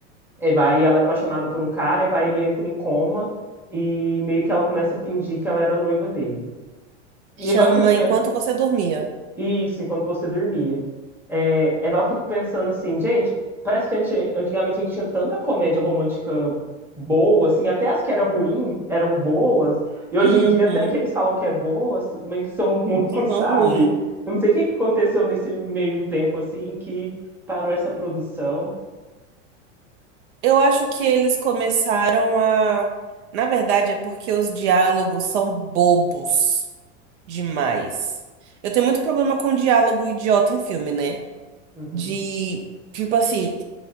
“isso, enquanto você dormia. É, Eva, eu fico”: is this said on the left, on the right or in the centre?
Centre